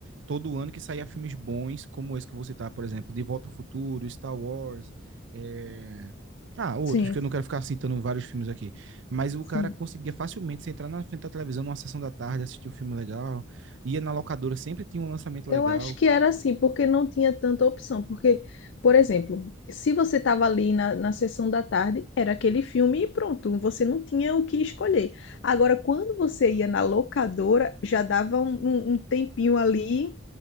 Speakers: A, on the right; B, on the left.
A: todo ano que saía filmes bons como esse que eu vou citar, por exemplo, De Volta ao Futuro, Star Wars. é, Ah, outros,
B: sim,
A: que eu não quero ficar citando vários filmes aqui. Mas o
B: sim.
A: cara conseguia facilmente se entrar na frente da televisão numa sessão da tarde, assistir um filme legal, ia na locadora, sempre tinha um lançamento
B: Eu
A: legal.
B: acho que era assim, porque não tinha tanta opção. Porque, por exemplo, se você estava ali na, na sessão da tarde, era aquele filme e pronto, você não tinha o que escolher. Agora, quando você ia na locadora, já dava um, um- um tempinho ali,